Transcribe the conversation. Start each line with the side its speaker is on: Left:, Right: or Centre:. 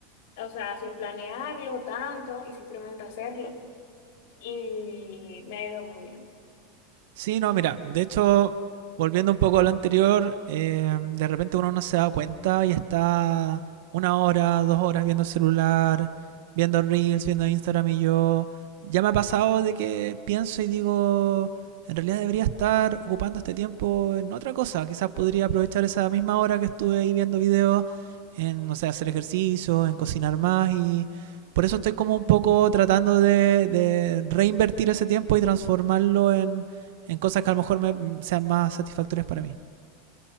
Left: o sea, sin planearlo tanto y simplemente hacerlo y me ha ido muy bien.
Right: Sí, no, mira, de hecho, volviendo un poco a lo anterior, eh, de repente uno no se da cuenta y está una hora, dos horas viendo el celular, viendo Reels, viendo Instagram y yo. Ya me ha pasado de que pienso y digo, en realidad debería estar ocupando este tiempo en otra cosa. Quizás podría aprovechar esa misma hora que estuve ahí viendo videos en, no sé, hacer ejercicio, en cocinar más y por eso estoy como un poco tratando de, de reinvertir ese tiempo y transformarlo en en cosas que a lo mejor me, mm, sean más satisfactorias para mí.